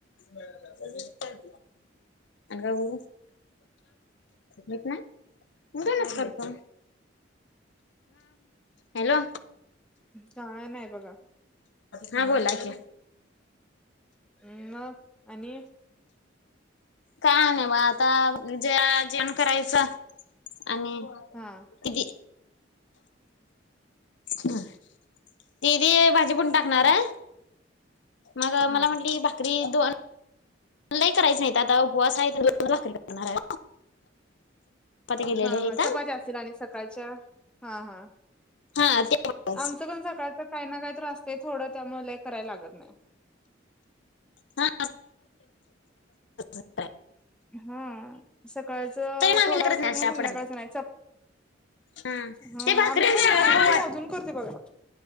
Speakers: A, on the left; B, in the centre.
A: हम आणि का गुरु येत नाही मु का नारत म हॅलो
B: काय नाही बघा
A: ह बोला की
B: हम् मग आणि
A: काय नाही बा आता जे- जेवण करायचं. आणि
B: हा
A: किती ब ती ती भाजी पण टाकणार आहे. मग
B: हा
A: मला म्हटली भाकरी दोन लई करायची नाहीत आता उपवास हाय त्यानं दोनच भाकरी करणार हाय. केलेल्या
B: हा
A: आहेत
B: हा चपात्या असतील आणि सकाळच्या हा हा
A: हा ते
B: आमचं पण सकाळच काही ना काही तर असतय थोडं त्यामुळे लय करायला लागत नाही
A: हा <unintelligible>
B: हा सकाळचं
A: तरी मामी
B: थोडं
A: करत
B: असलं
A: नाही
B: किंवा
A: अशा
B: संध्याकाळचं
A: आपण
B: नाहीच.
A: हा
B: हम
A: ते भाकरी
B: आम्ही पण
A: शिवाय
B: नाही
A: खाऊ
B: मी
A: वाट
B: मोजून करतोय बगा